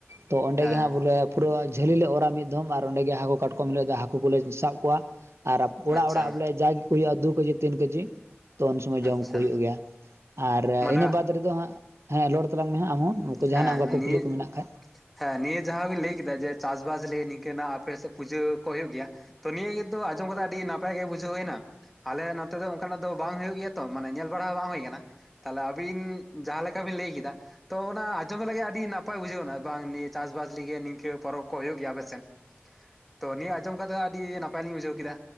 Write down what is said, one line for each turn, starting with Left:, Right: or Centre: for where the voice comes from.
Right: ᱛᱚ ᱚᱸᱰᱮ
Centre: ᱦᱮᱸ
Right: ᱜᱮ ᱦᱟᱸᱜ ᱵᱚᱞᱮ ᱯᱩᱨᱟᱹ ᱡᱷᱟᱹᱞᱤ ᱞᱮ ᱚᱨᱟ ᱢᱤᱫ ᱫᱷᱚᱢ ᱟᱨ ᱚᱸᱰᱮ ᱦᱟᱹᱠᱩ ᱠᱟᱴᱚᱢ ᱦᱤᱞᱳᱜ ᱫᱚ ᱦᱟᱹᱠᱩ ᱠᱚᱞᱮ ᱥᱟᱵ ᱠᱚᱣᱟ ᱟᱨ ᱚᱲᱟᱜ
Centre: ᱟᱪᱪᱷᱟ
Right: ᱚᱲᱟᱜ ᱵᱚᱞᱮ ᱡᱟᱜᱮ ᱠᱚ ᱦᱩᱭᱩᱜ-ᱟ ᱫᱩ ᱠᱮᱡᱤ ᱛᱤᱱ ᱠᱮᱡᱤ ᱛᱚ ᱩᱱ ᱥᱚᱢᱚᱭ ᱡᱚᱢ
Centre: ᱟᱪᱪᱷᱟ
Right: ᱠᱚ ᱦᱩᱭᱩᱜ ᱜᱮᱭᱟ ᱟᱨ
Centre: ᱢᱟᱱᱮ
Right: ᱤᱱᱟᱹ ᱵᱟᱫᱽ ᱨᱮᱫᱚ ᱦᱟᱸᱜ ᱦᱮᱸ ᱨᱚᱲ ᱛᱟᱞᱟᱝ ᱢᱮ ᱦᱟᱸᱜ ᱟᱢᱦᱚᱸ ᱩᱱᱩᱠᱩ ᱡᱟᱦᱟᱱᱟᱜ
Centre: ᱦᱮᱸ
Right: ᱚᱱᱠᱟ ᱠᱩᱠᱞᱤ
Centre: ᱱᱤᱭᱟᱹ
Right: ᱠᱚ ᱢᱮᱱᱟᱜ ᱠᱷᱟᱡ
Centre: ᱦᱮᱸ ᱱᱤᱭᱟᱹ ᱡᱟᱦᱟᱸᱵᱤᱱ ᱞᱟᱹᱭ ᱠᱮᱫᱟ ᱡᱮ ᱪᱟᱥ ᱵᱟᱥ ᱱᱤᱭᱮ ᱱᱤᱝᱠᱟᱹᱱᱟᱜ ᱟᱯᱮ ᱥᱮᱫ ᱯᱩᱡᱟᱹ ᱠᱚ ᱦᱩᱭᱩᱜ ᱜᱮᱭᱟ ᱛᱚ ᱱᱤᱭᱟᱹ ᱜᱮᱛᱩ ᱟᱸᱡᱚᱢ ᱠᱟᱛᱮ ᱟᱹᱰᱤ ᱱᱟᱯᱟᱭ ᱜᱮ ᱵᱩᱡᱷᱟᱹᱣ ᱦᱩᱭᱮᱱᱟ ᱟᱞᱮ ᱱᱚᱛᱮ ᱫᱚ ᱚᱱᱠᱟᱱᱟᱜ ᱫᱚ ᱵᱟᱝ ᱦᱩᱭᱩᱜ ᱜᱮᱭᱟ ᱛᱚ ᱢᱟᱱᱮ ᱧᱮᱞ ᱵᱟᱲᱟ ᱵᱟᱝ ᱦᱩᱭ ᱠᱟᱱᱟ ᱛᱟᱦᱚᱞᱮ ᱟᱹᱵᱤᱱ ᱡᱟᱦᱟᱸ ᱞᱮᱠᱟ ᱵᱤᱱ ᱞᱟᱹᱭ ᱠᱮᱫᱟ ᱼᱼ ᱛᱚ ᱚᱱᱟ ᱟᱸᱡᱚᱢ ᱞᱟᱹᱜᱤᱫ ᱟᱹᱰᱤ ᱱᱟᱯᱟᱭ ᱵᱩᱡᱷᱟᱹᱣ ᱮᱱᱟ ᱵᱟᱝ ᱱᱤᱭᱟᱹ ᱪᱟᱥᱵᱟᱥ ᱞᱟᱹᱜᱤᱫ ᱱᱤᱝᱠᱟᱹ ᱯᱚᱨᱚᱵᱽ ᱠᱚ ᱦᱩᱭᱩᱜ ᱜᱮᱭᱟ ᱟᱯᱮ ᱥᱮᱱ
Right: <inaudible>
Centre: ᱛᱚ ᱱᱤᱭᱟᱹ ᱟᱸᱡᱚᱢ ᱠᱟᱛᱮᱫ ᱟᱹᱰᱤ ᱱᱟᱯᱟᱭ ᱞᱤᱧ ᱵᱩᱡᱷᱟᱹᱣ ᱠᱮᱫᱟ